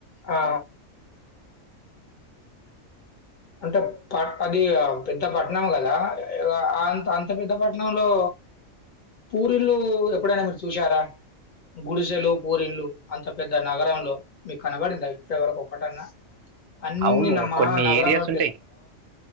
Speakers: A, on the left; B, on the right.
A: ఆ అంటే ప అది పెద్ద పట్నం గాదా ఆ అంత అంత పెద్ద పట్నంలో పూరిళ్లు ఎప్పుడైనా మీరు చూసారా. గుడిసెలు పూరిళ్లు అంత పెద్ద నగరంలో మీకు కనబడిందా ఇప్పటివరకు ఒక్కటన్నా అన్ని
B: అవును
A: నమ్మ
B: కొన్ని
A: నగరంలో
B: ఏరియాస్ ఉంటాయి.